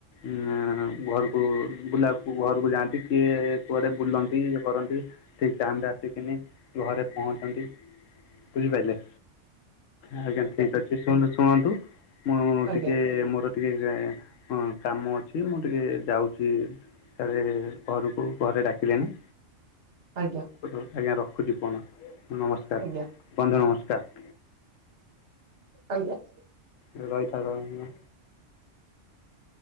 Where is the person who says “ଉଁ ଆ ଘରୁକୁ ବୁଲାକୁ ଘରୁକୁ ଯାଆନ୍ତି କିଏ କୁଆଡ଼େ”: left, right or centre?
Left